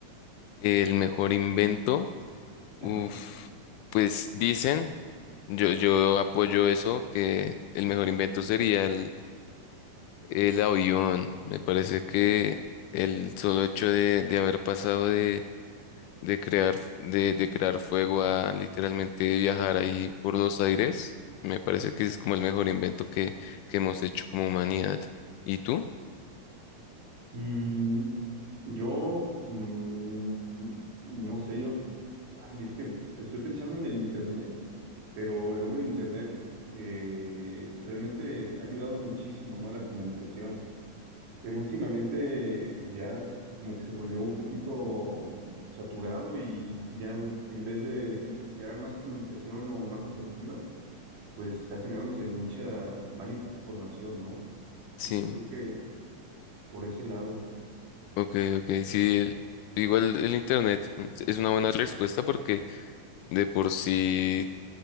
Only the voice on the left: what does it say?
El mejor invento,
uf, pues dicen, yo, yo apoyo eso, que el mejor invento sería el, el avión. Me parece que el solo hecho de, de haber pasado de de crear, de, de crear fuego a literalmente viajar ahí por los aires, me parece que es como el mejor invento que, que hemos hecho como humanidad. ¿Y tú?
Sí,
ok, ok, sí, el- igual el internet mm, es una buena respuesta porque de por sí